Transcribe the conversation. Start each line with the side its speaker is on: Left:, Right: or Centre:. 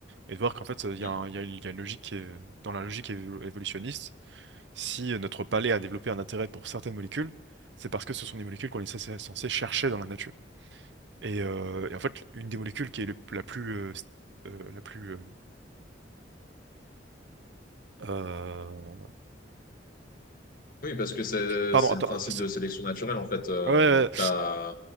Right: Et de voir qu'en fait, il y
Left: Ouais.
Right: a un- il y a une, il y a une logique qui est- dans la logique évo- évolutionniste, si euh, notre palais a développé un intérêt pour certaines molécules, c'est parce que ce sont des molécules qu'on est censé censé chercher dans la nature. Et, euh, et en fait, une des molécules qui est le- la plus... euh, st- euh, la plus euh, euh,
Left: Oui, parce que c'est
Right: Pardon,
Left: c'est
Right: attends.
Left: le principe
Right: euh, c'est-
Left: de sélection naturelle en fait. Euh,
Right: Ouais, ouais,
Left: t'as-